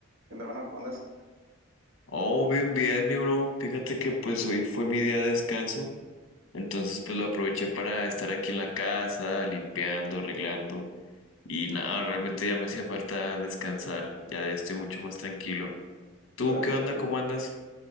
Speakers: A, on the right; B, on the left.
A: ¿Qué onda, hermano? ¿Cómo andas?
B: Oh, bien, bien, mi bro. Fíjate que pues hoy fue mi día de descanso, entonces pues lo aproveché para estar aquí en la casa, limpiando, arreglando y nada, realmente ya me hacía falta descansar, ya, ya estoy mucho más tranquilo. ¿Tú
A: Uh, algo
B: qué onda?
A: bello.
B: ¿Cómo andas?